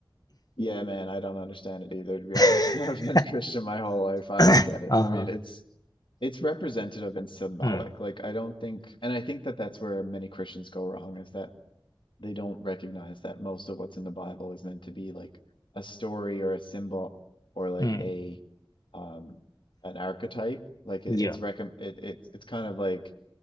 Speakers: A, on the left (about 70°); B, on the left (about 45°).
A: Yeah, man, I don't understand it either, to be
B: <coughs>
A: honest. <laughs> I've been Christian my whole life. I
B: <laughs>
A: don't get it.
B: Uh-huh.
A: I mean, it's it's representative and symbolic.
B: Mm,
A: Like I don't think, and I think that that's where many Christians go wrong, is that they don't recognize that most of what's in the Bible is meant to be like a story or a symbol or like
B: mm,
A: a um an archetype. Like
B: yeah,
A: it, it's recom it, it's it's kind of like